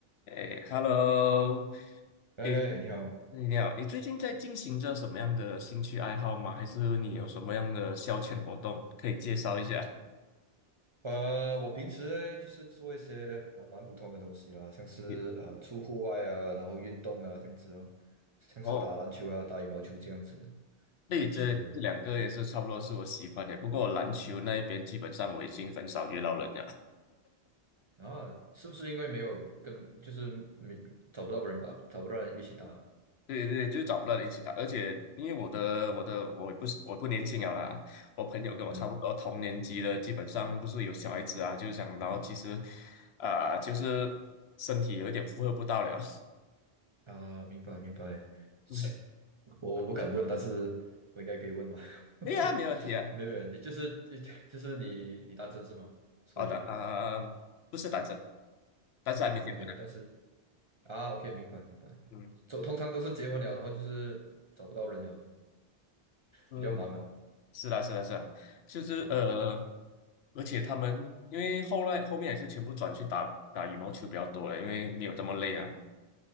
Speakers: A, on the left; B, on the right.
A: 哎，Hello，
B: 哎哎，
A: 哎，
B: 你好，
A: 你好，你最近在进行着什么样的兴趣爱好吗？还是你有什么样的消遣活动可以介绍一下？
B: 呃，我平时呢就是做一些蛮蛮普通的东西啦，像是呃出户外啊，
A: <laughs> 你
B: 然后运动啊这样子哦，像是打篮球啊、
A: 哦，
B: 打羽毛球这样子。
A: 对，
B: 是
A: 这这两个也是差不多是我喜欢的，不过篮球那一边基本上我已经很少约到人了。
B: 啊，是不是因为没有跟就是没找不到人吧，找不到人一起打？
A: 对对，就是找不到人一起打，而且因为我的我的我不是我不年轻了啦，我朋友跟我差不多同年级的，
B: 嗯
A: 基本上不是有小孩子啊，就是想，然后其实啊、就是身体有一点负荷不到了，
B: 啊，明白明白，<laughs> 是
A: <laughs> 嗯哼，
B: 我我不敢问，但是我应该可以问吧？<laughs>
A: 对呀，没问题啊，
B: 没有没有，你就是就 <laughs> 就是你你单身是吗？所以
A: 好的啊、不是单身，但是还没结婚呢、
B: 啊，OK，但是。啊，OK，明白明白。
A: 嗯
B: 走，通常都是结婚了，然后就是找不到人了，
A: 嗯，
B: 比较忙了嘛。
A: 是啦是啦是啦，就是呃，
B: 对对对，
A: 而且他们因为后来后面也是全部转去打打羽毛球比较多了，因为没有这么累啊，